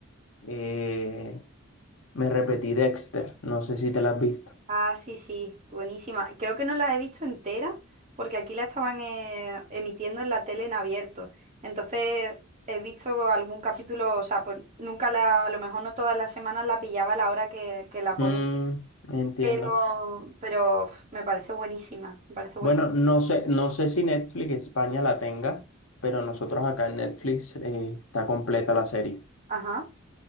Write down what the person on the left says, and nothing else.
eh, me repetí Dexter, no sé si te la has visto.
Mm, entiendo.
Bueno, no sé, no sé si Netflix España la tenga, pero nosotros acá en Netflix eh, está completa la serie.